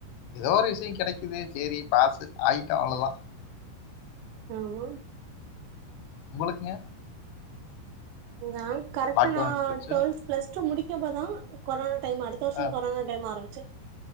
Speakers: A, on the left (about 80°); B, on the right (about 80°).
A: எதோ ஒரு விஷியோ கெடைக்குது சேரி பாசு ஆய்ட்டோ அவ்ளதா
B: ஆமா
A: உங்ளுக்ங்க
B: நான் கரெக்ட்டா
A: லாக்டவுன்
B: நா
A: எப்டி போச்சு?
B: டுவெல்த் பிளஸ் டூ முடிக்கப்பதா கொரானா டைம் அடுத்த வர்ஷோ
A: அ
B: கொரோனா டைம் ஆரமிச்சு